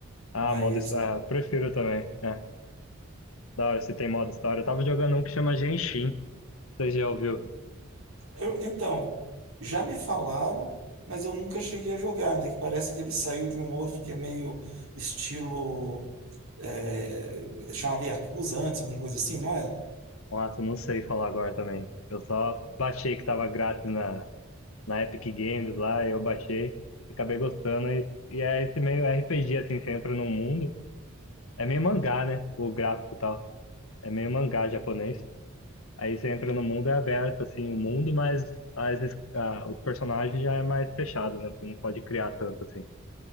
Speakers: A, on the left; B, on the right.
A: ah,
B: Mas,
A: modo. Ah, prefiro também. é. Da hora, se tem modo história. Eu tava jogando um que chama Genshin. Você já ouviu?
B: eu- então, já me falaram, mas eu nunca cheguei a jogar, né? Que parece que ele saiu de um outro que é meio estilo. É, chamava Yakuza antes, alguma coisa assim, não é?
A: Nossa, eu não sei falar agora também. Eu só baixei que tava grátis na, na Epic Games lá, eu baixei, acabei gostando. E, e é esse meio RPG, assim, você entra num mundo. É meio mangá, né? O gráfico e tal. É meio mangá japonês. Aí você entra no mundo, é aberto, assim, o mundo, mas as, es- ah, os personagens já é mais fechado, né? Você não pode criar tanto, assim.